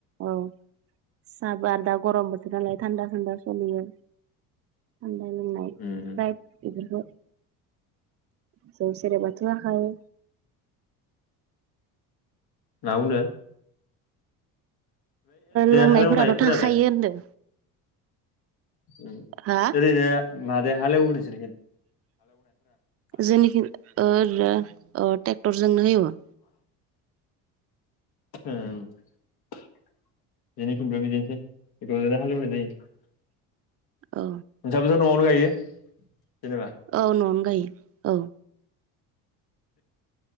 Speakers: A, on the right; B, on the left.
A: औ साहाबो आरो दा गरम बोथोर नालाय थान्दा थान्दा सलियो थानदा लोंनाय
B: उम
A: जाय इफोरखो जौ सेरेबाथ थाखायो
B: नावनो
A: लोंनायफोराथ'
B: हालेवनायफोरालाय
A: थाखायो होनदों
B: ओम
A: हा
B: औरैनो मादो हाले एवयो नोंसोरनिखि
A: जोंनिखि ओ ट्रेक्टरजोंनो हेवो
B: हम जोंनि थिंबो बिदिनो हाल एवनाय जायो
A: औ
B: नोंसाबोथ' न'आवनो गायो जेनेबा
A: औ न'आवनो गायो औ